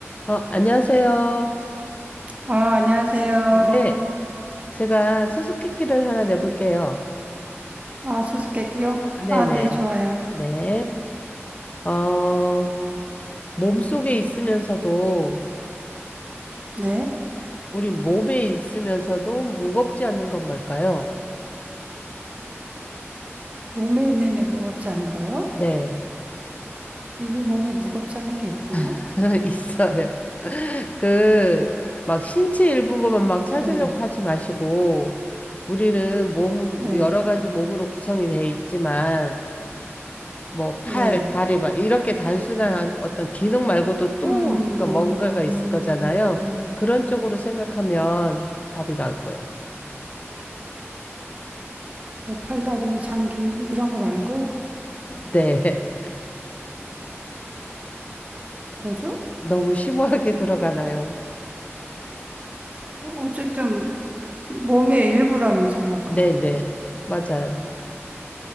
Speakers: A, on the left; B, on the right.
A: 어, 안녕하세요.
B: 아, 안녕하세요.
A: 네, 제가 수수께끼를 하나 내볼게요.
B: 아, 수수께끼요?
A: 아, 네네.
B: 아, 네, 좋아요.
A: 네. 어, 몸속에 있으면서도,
B: 네.
A: 우리 몸에 있으면서도 무겁지 않는 건 뭘까요?
B: 몸에 있는데 무겁지 않은 거요?
A: 네,
B: 우리 몸에 무겁지 않은 게 있나?
A: <laughs> 있어요. 그, 막 신체 일부분만 막 찾으려고
B: 네,
A: 하지 마시고, 우리는 몸,
B: 네,
A: 여러 가지 몸으로 구성이 돼 있지만, 뭐 팔,
B: 네.
A: 다리 막 이렇게 단순한 어떤 기능 말고도 또
B: 음,
A: 그러니까 뭔가가 있을 거잖아요. 그런 쪽으로 생각하면 답이 나올 거예요.
B: 뭐 팔다리, 장기 이런 거 말고
A: 네.
B: 뭐죠?
A: <laughs> 너무 심오하게 들어가나요?
B: 어, 어쨌든 몸의 일부라면서요, 아까.
A: 네네. 맞아요.